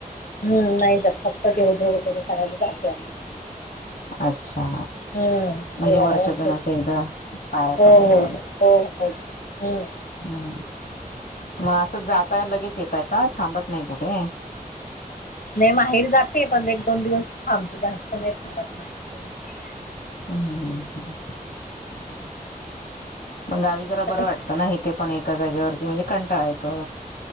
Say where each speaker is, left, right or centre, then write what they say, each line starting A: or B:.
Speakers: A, on the left (about 70°); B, on the left (about 80°).
A: हम्म नाही जात, फक्त देवदेव वगैरे करायला जातो आम्ही.
B: अच्छा.
A: हम्म
B: म्हणजे
A: देवाला
B: वर्षातून
A: वर्षात
B: असं एकदा पाया
A: हो
B: पडायला
A: हो
B: वगैरे असं
A: हो हो हम्म
B: हम्. मग असं जाताय लगेच येताय का? थांबत नाही कुठे?
A: नाही माहेरी जाते पण एक दोन दिवस थांबते जास्त नाही थांबत माहेरी. तेवढच.
B: हम्म हम्म हम्.
A: हम्म
B: पण गावी जरा
A: आता
B: बरं
A: कसं
B: वाटतं ना इथे पण एका जागेवरती म्हणजे कंटाळा येतो.